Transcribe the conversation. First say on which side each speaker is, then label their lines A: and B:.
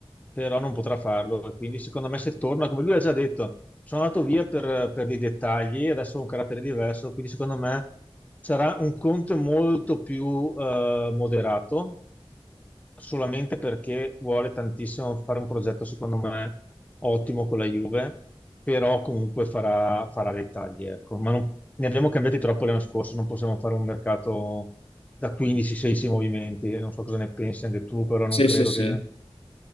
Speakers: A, on the left; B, on the left.
A: però non potrà farlo. E Quindi, secondo me, se torna, come lui ha già detto, sono andato via per, per dei dettagli, adesso ho un carattere diverso, quindi secondo me sarà un Conte molto più eh, moderato solamente perché vuole tantissimo fare un progetto, secondo me, ottimo con la Juve, però comunque farà, farà dei tagli, ecco. Ma non- ne abbiamo cambiati troppo l'anno scorso, non possiamo fare un mercato da 15-16 movimenti, non so cosa ne pensi anche tu, però
B: Sì,
A: non credo
B: sì, sì.
A: che...